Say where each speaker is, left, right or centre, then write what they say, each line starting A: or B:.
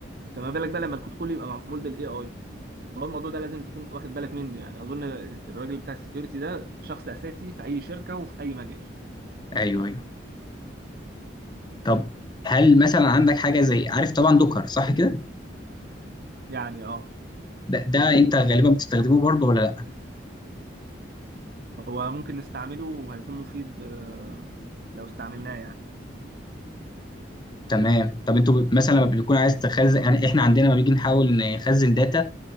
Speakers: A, on the right; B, on the left.
A: فما بالك بقى لما الكود كله يبقى معمول بالاي اي فهو الموضوع ده لازم تكون واخد بالك منه يعني اظن الراجل بتاع السكيورتي ده شخص اساسي في اي شركه وفي اي مجال
B: ايوه ايوه طب هل مثلا عندك حاجه زي عارف طبعا دوكر صح كده
A: يعني اه
B: ده, ده انت غالبا بتستخدمه برضو ولا لا
A: هو ممكن نستعمله وهيكون مفيد آه، لو استعملناه يعني
B: تمام طب انتوا ب- مثلا لما بيكون عايز تخزن يعني احنا عندنا لما بيجي نحاول نخزن داتا